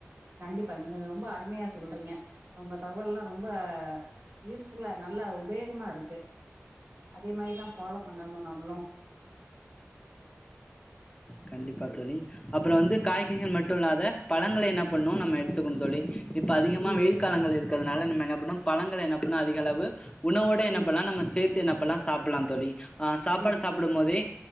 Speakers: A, on the right; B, on the left.
A: கண்டிப்பா நீங்க ரொம்ப அருமையா சொல்றீங்க உங்க தகவல்லா ரொம்ப யூஸ்ஃபுல்லா நல்லா உபயோகமா இருக்கு அதே மாதா ஃபாலோ பண்ணணு நம்மளு
B: கண்டிப்பா தோழி அப்புறோ வந்து
A: ம்
B: காய்கறிகள் மட்டு இல்லாத பழங்களை என்னா பண்ணு நம்ம எடுத்துக்குணு தோழி இப்போ அதிகமா
A: ம்
B: வெயில் காலங்கள் இரு க்கதனால நம்ம என்ன பண்ணு பழங்கள என்ன பண்ணு அதிக அளவு உணவோட என்ன
A: ம்
B: பண்லா நம்ம சேத் து என்னா பண்லா சாப்பிலா தோழி அ சாப்பாடு
A: ம்
B: சாப்பிடும்மோதே